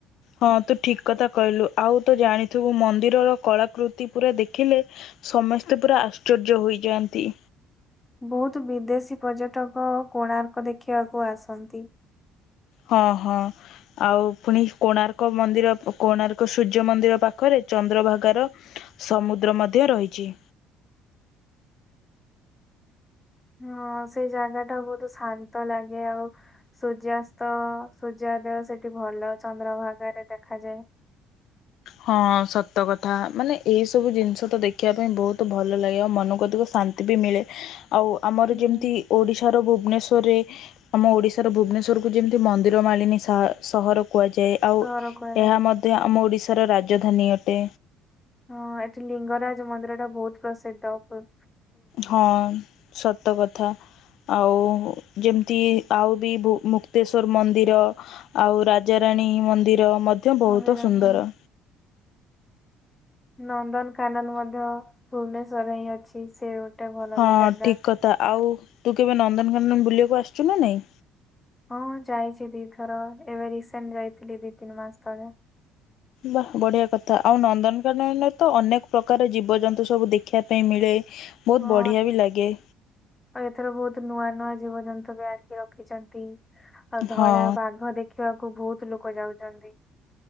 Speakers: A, on the left (about 65°); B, on the left (about 15°).
A: ହଁ ତୁ ଠିକ୍ କଥା କହିଲୁ। ଆଉ ତୁ ଜାଣିଥିବୁ ମନ୍ଦିରର କଳାକୃତି ପୁରା ଦେଖିଲେ ସମସ୍ତେ ପୁରା ଆଶ୍ଚର୍ଯ୍ୟ ହୋଇଯାଆନ୍ତି।
B: ବହୁତ ବିଦେଶୀ ପର୍ଯ୍ୟଟକ କୋଣାର୍କ ଦେଖିବାକୁ ଆସନ୍ତି।
A: ହଁ ହଁ। ଆଉ ପୁଣି କୋଣାର୍କ ମନ୍ଦିର କୋଣାର୍କ ସୂର୍ଯ୍ୟ ମନ୍ଦିର ପାଖରେ ଚନ୍ଦ୍ରଭାଗାର ସମୁଦ୍ର ମଧ୍ୟ ରହିଛି।
B: ହଁ ସେଇ ଜାଗା ଟା ବହୁତ ଶାନ୍ତ ଲାଗେ ଆଉ ସୂର୍ଯ୍ୟାସ୍ତ ସୂର୍ଯ୍ୟୋଦୟ ସେଠି ଭଲ ଚନ୍ଦ୍ରଭାଗରେ ଦେଖାଯାଏ।
A: ହଁ ସତ କଥା ମାନେ ଏଇ ସବୁ ଜିନିଷ ତ ଦେଖିବା ପାଇଁ ବହୁତ ଭଲ ଲାଗେ ଆଉ ମନକୁ ଅଧିକ ଶାନ୍ ନ୍ତି ବି ମିଳେ। ଆଉ ଆମର
B: ହୁଁ
A: ଯେମିତି ଓଡ଼ିଶାର ଭୁବନେଶ୍ୱରରେ ଆମ ଓଡ଼ିଶାର ଭୁବନେଶ୍ଵରକୁ ଯେମିତି ମନ୍ଦିର ମାଳିନୀ ସ ସହର କୁହାଯାଏ। ଆଉ
B: ସହର କୁହାଯାଏ
A: ଏହା ମଧ୍ୟ ଆମ ଓଡ଼ିଶାର ରାଜଧାନୀ ଅଟେ।
B: ହଁ ଏଠି ଲିଙ୍ଗରାଜ ମନ୍ଦିର ଟା ବହୁତ ପ୍ରସିଦ୍ଧ ଅଟେ।
A: ହଁ ସତ କଥା। ଆଉ ଯେମିତି ଆଉ ବି ବୁ ମୁକ୍ତେଶ୍ୱର ମନ୍ଦିର। ଆଉ ରାଜାରାଣୀ ମନ୍ଦିର ମଧ୍ୟ ବହୁତ
B: ମନ୍ଦିର
A: ସୁନ୍ଦର।
B: ହଁ ନନ୍ଦନକାନନ ମଧ୍ୟ ଭୁବନେଶ୍ୱରରେ ହିଁ ଅଛି। ସେ ଭଲ
A: ହଁ
B: ଲ- ଜାଗା।
A: ଠିକ୍ କଥା ଆଉ ତୁ କେବେ ନନ୍ଦନକାନନ ବୁଲିବାକୁ ଆସିଛୁ ନା ନାଇଁ।
B: ହଁ ଯାଇଛି ଦି ଥର ଏବେ ରିସେଣ୍ଟ ଯାଇଥିଲି ଦି ତିନି ମାସ ତଳେ।
A: ବା ବଢ଼ିଆ କଥା ଆଉ ନନ୍ଦନକାନନରେ ତ ଅନେକ ପ୍ରକାର ଜୀବଜନ୍ତୁ ସବୁ ଦେଖିବା ପାଇଁ ମିଳେ। ବହୁତ
B: ହଁ
A: ବଢ଼ିଆ ବି ଲାଗେ।
B: ଆଉ ଏଥର ବହୁତ ନୂଆ ନୂଆ ଜୀବଜନ୍ତୁ ବି ଆଣିକି ରଖିଛନ୍ତି। ଆଉ ଧଳା
A: ହଁ
B: ବାଘ ଦେଖିବାକୁ ବହୁତ ଲୋକ ଯାଉଛନ୍ତି।